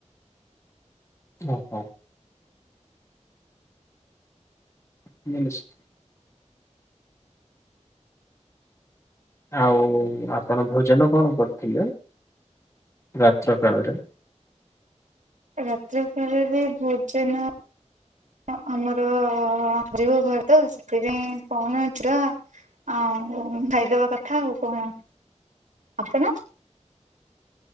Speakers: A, on the left (about 25°); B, on the right (about 85°).
A: ହଉ ହଉ। ହୁଁ ନିଶ୍ଚ୍ ଆଉ ଆପଣ ଭୋଜନ କଣ କରିଥିଲେ ରାତ୍ର କାଳରେ।
B: ରାତ୍ର କାଳରେ ଭୋଜନ ହଁ ଆମର <unintelligible> <unintelligible> <unintelligible> ତ ସେଥିପାଇଁ <unintelligible> ଆଉ ଖାଇଦବା କଥା ଆଉ କଣ, ଆପଣ।